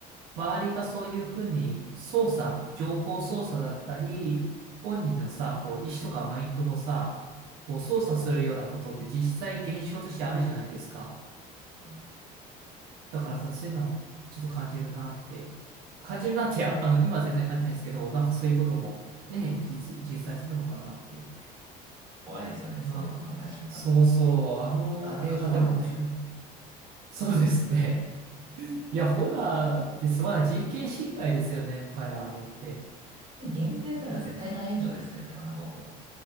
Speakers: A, on the right; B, on the right.
A: 周りがそういうふうに操作、情報操作だったり、本人のさ、こう、意思とかマインドをさ、こう、操作するようなことって実際現象としてあるじゃないですか。
B: そうね。
A: だからさ、そういうのをちょっと感じるなって、感じるなって、あの、今は全然感じないですけど、なんかそういうこともね、実、実際するのかなって。
B: ちょっと怖いですよね。
A: まあ、
B: そういうの考え始めたら。
A: そうそう、
B: な
A: あの映画でも面白い。
B: かなかホーラーですよね。
A: そうですね。いや、ホラーですまない人権侵害ですよね、もはやあれって。
B: 現実やったら絶対大炎上ですけどね、あんなことを。